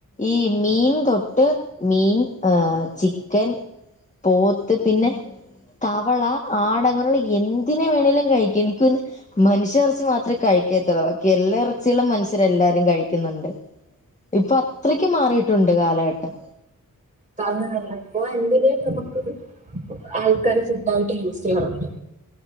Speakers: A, on the left; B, on the right.
A: ഈ മീൻ തൊട്ട് മീൻ ആ ചിക്കൻ. പോത്ത് പിന്നെ തവള. ആട് അങ്ങനെയുള്ള എന്തിനെ വേണമേങ്കിലും കഴിക്കാം. എനിക്കൊന്ന് മനുഷ്യ ഇറച്ചി മാത്രമേ കഴിക്കാത്തെ തുള്ളു ബാക്കിയെല്ലാ നല്ല ഇറച്ചികളും മനുഷ്യരെല്ലാരും കഴിക്കുന്നുണ്ട് ഇപ്പൊ അത്രക്ക് മാറിട്ടുണ്ട് കാലഘട്ടം.
B: തന്ന തന്ന അപ്പൊ എന്തില് നമുക്ക് ആൾക്കാര് ഫുഡായിട്ട് യൂസ് ചെയ്യാറുണ്ട്.